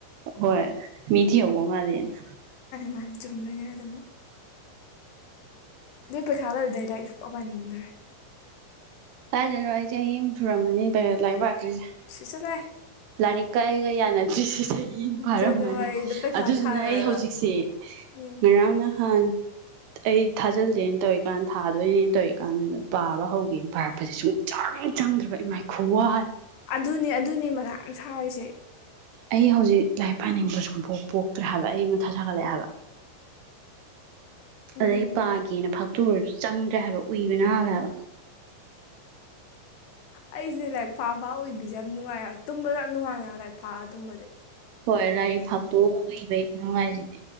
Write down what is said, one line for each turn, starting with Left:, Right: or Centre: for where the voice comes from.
Right: ꯍꯣꯏ ꯃꯤꯊꯤꯍꯧꯕ ꯃꯥꯜꯂꯦꯅ
Left: ꯃꯥꯥꯟꯅꯦ ꯆꯨꯝꯗꯣꯏꯅꯦ ꯑꯗꯨꯝ <unintelligible> ꯗꯨꯢ ꯄꯩꯈꯥ ꯂꯣꯏꯕꯗꯩ ꯂꯥꯏꯔꯤ ꯁꯨꯡꯄ ꯄꯅꯤꯡꯗ꯭ꯔꯦ
Right: ꯀꯥꯏꯗꯩꯅꯣ ꯑꯩ ꯆꯍꯤ ꯑꯝ ꯁꯨꯔꯝꯃꯅꯤ <unintelligible> ꯂꯥꯏꯔꯤꯛ ꯄꯥꯔꯛꯇ꯭ꯔꯤꯁꯦ
Left: <unintelligible> ꯆꯠꯂꯣꯍꯦ
Right: ꯂꯥꯏꯔꯤꯛꯀ ꯑꯩꯒ ꯌꯥꯅꯗ꯭ꯔꯤꯁꯦ ꯆꯍꯤ ꯑꯝ ꯐꯥꯔꯝꯃꯅꯤ
Left: ꯖꯅꯋꯥꯔꯤꯗ ꯄꯩꯈꯥ
Right: ꯑꯗꯨꯗꯨꯅ
Left: ꯊꯥꯈ꯭ꯔꯒ
Right: ꯑꯩ ꯍꯧꯖꯤꯛꯁꯦ
Left: ꯎꯝ
Right: ꯉꯔꯥꯡ ꯅꯍꯥꯟ ꯑꯩ ꯊꯥꯖꯤꯜꯂꯦꯅ ꯇꯧꯔꯤꯀꯥꯟ ꯊꯥꯗꯣꯏꯅꯦꯅ ꯇꯧꯔꯤꯀꯥꯟꯗꯨꯗ ꯄꯥꯕ ꯍꯧꯒꯦꯅ ꯄꯥꯔꯛꯄꯁꯦ ꯁꯨꯡ ꯆꯪ ꯆꯪꯗ꯭ꯔꯕ ꯏꯃꯥꯏ ꯈꯨꯋꯥ
Left: ꯑꯗꯨꯅꯦ ꯑꯗꯨꯅꯦ ꯃꯊꯥ ꯌꯥꯝ ꯁꯥꯔꯤꯁꯦ
Right: ꯑꯩ ꯍꯧꯖꯤꯛ ꯂꯥꯏꯔꯤꯛ ꯄꯥꯏꯅꯤꯡꯕ ꯁꯨꯝ ꯄꯣꯛ ꯄꯣꯛꯇ꯭ꯔꯦ ꯍꯥꯏꯕ ꯑꯩ ꯃꯊꯥ ꯁꯥꯒꯠꯂꯛꯑꯦ ꯍꯥꯏꯕ
Left: ꯎꯝ
Right: ꯑꯗꯩ ꯄꯥꯒꯦꯅ ꯐꯥꯛꯇꯨꯔꯁꯨ ꯆꯪꯗ꯭ꯔꯦ ꯍꯥꯏꯕ ꯎꯏꯕꯅ ꯍꯜꯂꯦꯕ
Left: ꯑꯩꯖꯦ ꯂꯥꯏꯔꯤꯛ ꯐꯥꯑ ꯐꯥꯑ ꯎꯏꯕꯤꯁꯦ ꯌꯥꯝ ꯅꯨꯡꯉꯥꯏꯍ ꯇꯨꯝꯕꯗ ꯌꯥꯝ ꯅꯨꯡꯉꯥꯏ <unintelligible> ꯂꯥꯏꯔꯤꯛ ꯐꯥꯛꯑ ꯇꯨꯝꯕꯁꯦ
Right: ꯍꯣꯏ ꯂꯥꯏꯔꯤꯛ ꯐꯥꯛꯇꯣꯛꯑ ꯎꯏꯕꯩ ꯈꯨꯅꯨꯡꯉꯥꯏꯖꯤꯗꯤ